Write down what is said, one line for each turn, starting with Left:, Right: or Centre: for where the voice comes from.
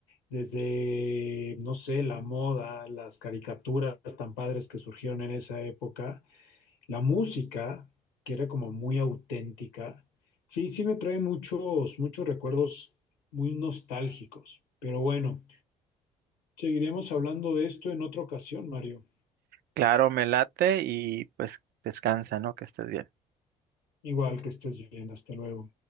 Left: desde, no sé, la moda, las caricaturas tan padres que surgieron en esa época, la música, que era como muy auténtica. Sí, sí me trae muchos, muchos recuerdos muy nostálgicos, pero bueno, seguiremos hablando de esto en otra ocasión, Mario.
Right: Claro, me late y pues descansa, ¿no? Que estés bien.
Left: Igual que estés bien, hasta luego.